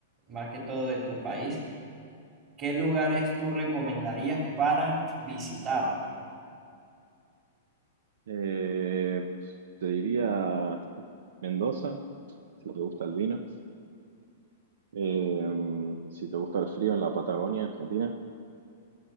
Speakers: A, on the right; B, on the right.
A: más que todo de tu país, ¿qué lugares tú recomendarías para visitar?
B: Eh, te diría Mendoza, si te gusta el vino. Eh, si te gusta el frío en la Patagonia, Argentina.